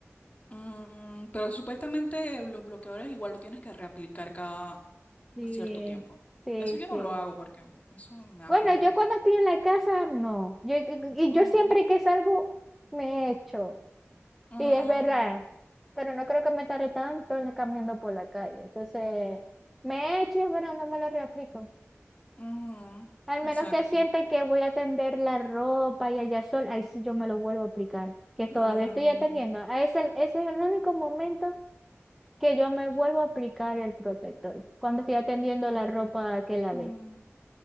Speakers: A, on the left; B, in the centre.
A: mm, mm, Pero supuestamente los bloqueadores igual lo tienes que reaplicar cada
B: Sí,
A: cierto tiempo.
B: sí,
A: Eso yo no
B: sí.
A: lo hago porque eso me da
B: Bueno,
A: flojera.
B: yo cuando estoy en la casa, no. Yo, y
A: Ujú,
B: yo siempre que salgo, me echo.
A: mm,
B: Sí, es verdad, pero no creo que me tarde tanto en- caminando por la calle. Entonces, me he hecho, pero no me lo reaplico.
A: ujú,
B: Al
A: exacto.
B: menos que siente que voy a tender la ropa y allá sol, ahí sí yo me lo vuelvo a aplicar, que todavía
A: Mm,
B: estoy atendiendo. A ese, ese es el único momento que yo me vuelvo a aplicar el protector, cuando estoy atendiendo la ropa que lavé,
A: mm.